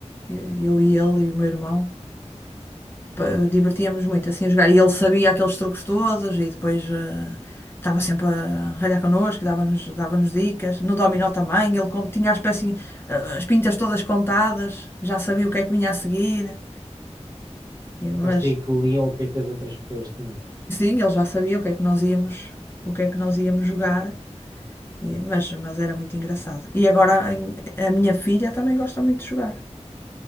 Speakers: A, on the left (about 20°); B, on the right (about 35°).
A: E- Eu e ele e o meu irmão. Pa- Divertíamos-nos muito assim a jogar. E ele sabia aqueles truques todos e depois eh, estava sempre a ralhar connosco, dava-nos dava-nos dicas. No dominó também, ele como tinha as peças, eh, as pintas todas contadas, já sabia o que é que vinha a seguir. É, Mas
B: parecia que liam o que é que as outras pessoas tinham.
A: Sim, ele já sabia o que é que nós íamos, o que é que nós íamos jogar, eh, mas, mas era muito engraçado. E agora em- a minha filha também gosta muito de jogar.